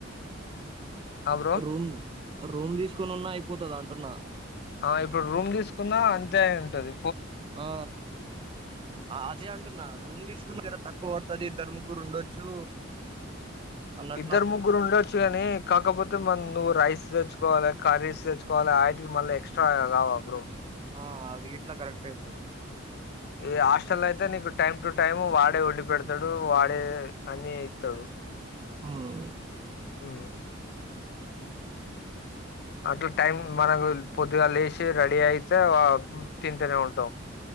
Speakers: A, on the left; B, on the right.
A: బ్రో
B: రూమ్, రూమ్ తీసుకొనున్నా అయిపోతది అంటున్నా
A: ఆ ఇప్పుడు రూమ్ తీసుకున్న అంతే అయ్యింటది
B: ఆ అదే అంటున్నా రూమ్ తీసుకున్న జర తక్. కువ పడతది ఇద్దరు, ముగ్గురు ఉండొచ్చు అన్నట్లు
A: ఇద్దరు
B: అంటున్నా
A: ముగ్గురు ఉండొచ్చు కాని కాకపోతే మన్ నువ్వు రైస్ తెచ్చుకోవాలే, కర్రీస్ తెచ్చుకోవాలే ఆటికి మల్ల ఎక్సట్రా కావా బ్రో.
B: ఆ అది గిట్లా కరెక్టే బ్రో
A: ఈ హాస్టల్లైతే నీకు టైమ్ టు టైం, వాడే వండి పెడతాడు వాడే అన్ని ఇత్తడు.
B: మ్మ్
A: మ్ అట్లా టైం మనకు పొద్దుగాల్ల లేసి రెడీ అయితే <inaudible> తింటనే ఉంటాం.